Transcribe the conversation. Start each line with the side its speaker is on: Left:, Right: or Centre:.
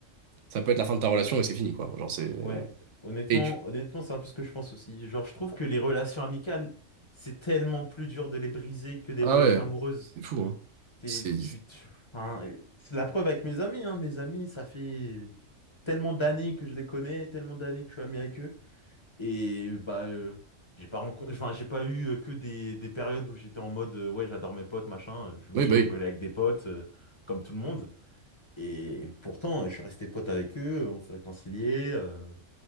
Right: ça peut être la fin de ta relation et c'est fini, quoi. Genre c'est
Left: Ouais, honnêtement,
Right: et tu...
Left: honnêtement, c'est un peu ce que je pense aussi. Genre, je trouve que les relations amicales, c'est tellement plus dur de les briser que des
Right: Ah
Left: relations
Right: ouais,
Left: amoureuses.
Right: c'est fou, hein.
Left: C'est
Right: C'est
Left: tu, tu- enfin, c'est la preuve avec mes amis, hein. Mes amis, ça fait tellement d'années que je les connais, tellement d'années que je suis ami avec eux. Et bah, euh, j'ai pas rencontré, enfin, j'ai pas eu euh, que des, des périodes où j'étais en mode, euh, ouais, j'adore mes potes, machin. Je me
Right: oui,
Left: suis
Right: bah
Left: engueulé
Right: oui.
Left: avec des potes, euh, comme tout le monde. Et pourtant, je suis resté pote avec eux, on s'est réconciliés, euh,